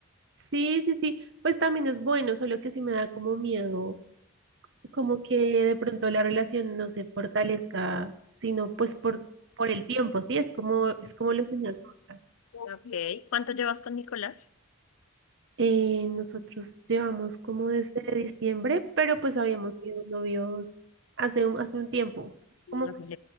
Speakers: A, on the right; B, on the left.
A: Sí, sí, sí, pues también es bueno, solo que sí me da como miedo, como que de pronto la relación no se fortalezca, sino pues por, por el tiempo, sí, es como, es como lo que me asusta.
B: Ok, ¿cuánto llevas con Nicolás?
A: Eh, nosotros llevamos como desde diciembre, pero pues habíamos sido novios hace un, hace un tiempo. Como
B: Ok.